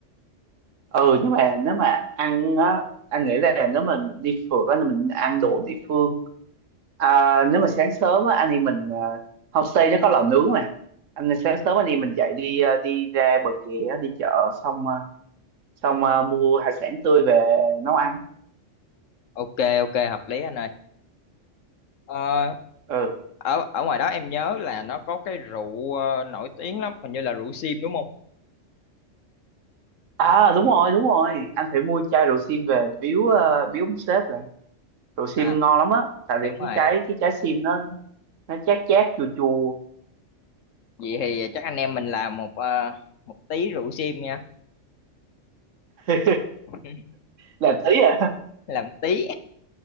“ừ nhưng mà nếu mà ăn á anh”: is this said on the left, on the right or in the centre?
Right